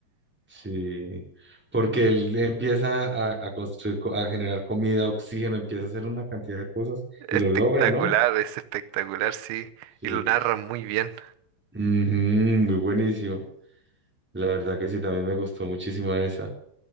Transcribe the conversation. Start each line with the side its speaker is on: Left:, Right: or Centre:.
Centre: sí, porque él empieza a, a construir, co- a generar comida, oxígeno, empieza a hacer una cantidad de cosas
Right: Espectacular,
Centre: y lo logra, ¿no?
Right: es espectacular, sí.
Centre: Sí.
Right: Y lo narra muy bien,
Centre: Ujú, muy buenísimo. La verdad que sí, también me gustó muchísimo esa.